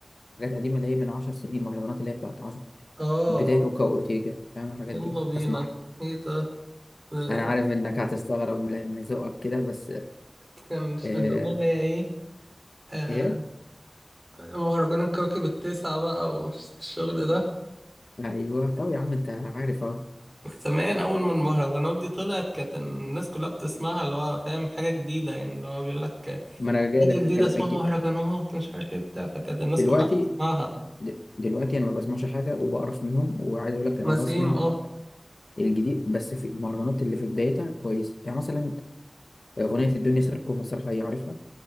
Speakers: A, on the left; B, on the right.
A: حاجات قديمة اللي هي من عشر سنين مهرجانات اللي هي بتاعت عشر
B: آه،
A: بداية أوكا أورتيجا فاهم الحاجات
B: يلا
A: دي
B: بينا
A: بسمعها
B: إيه ده؟ آه،
A: أنا عارف إنك هتستغرب لأن ذوقك كده بس
B: كان
A: إيه
B: الأغنية اللي هي إيه؟ آه
A: إيه
B: مهرجان الكوكب التسعة بقى والشغل ده
A: أيوه طب يا عم أنت عارف أهو
B: زمان أول ما المهرجانات دي طلعت كانت الناس كلها بتسمعها اللي هو فاهم حاجة جديدة يعني اللي هو بيقول لك
A: ما أنا جايلك
B: حاجة جديدة
A: في كلام
B: اسمها
A: الج-
B: مهرجانات مش عارف ايه بتاع فكانت الناس
A: دلوقتي
B: كلها بتسمعها
A: د- دلوقتي أنا ما بسمعش حاجة وبقرف منهم وعايز أقول لك لما
B: نسيم
A: بسمع
B: اه
A: الجديد بس في المهرجانات اللي في بدايتها كويس يعني مثلا أغنية الدنيا سيركو مسرحية عارفها